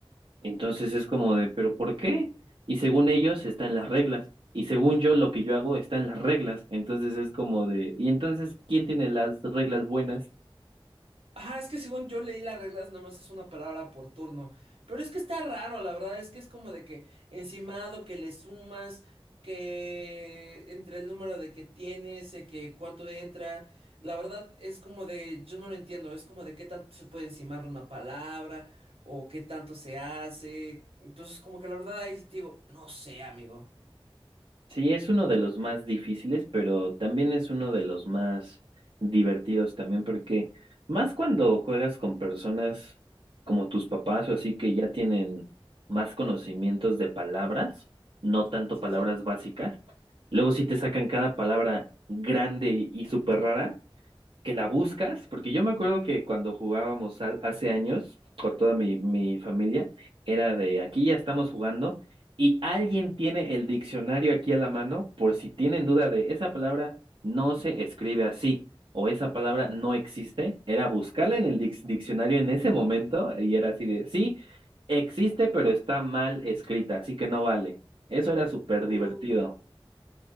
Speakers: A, on the right; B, on the right.
A: Entonces es como de, ¿pero por qué? Y según ellos está en las reglas. Y según yo, lo que yo hago está en las reglas. Entonces es como de, ¿y entonces quién tiene las reglas buenas?
B: Ah, es que según yo leí las reglas, nada más es una palabra por turno. Pero es que está raro, la verdad, es que es como de que encimado, que le sumas, que entre el número de que tienes, eh, que cuánto entra. La verdad es como de, yo no lo entiendo, es como de qué tanto se puede encimar una palabra o qué tanto se hace. Entonces, como que la verdad ahí sí te digo, no sé, amigo.
A: Sí, es uno de los más difíciles, pero también es uno de los más divertidos también, porque más cuando juegas con personas como tus papás o así que ya tienen más conocimientos de palabras, no tanto
B: Sí,
A: palabras
B: sí.
A: básicas. Luego si te sacan cada palabra grande y súper rara. que la buscas, porque yo me acuerdo que cuando jugábamos ha- hace años con toda mi, mi familia, era de aquí ya estamos jugando y alguien tiene el diccionario aquí a la mano por si tienen duda de esa palabra no se escribe así o esa palabra no existe, era buscarla en el dic- diccionario en ese momento y era así de sí, existe pero está mal escrita, así que no vale. Eso era súper
B: Uy.
A: divertido.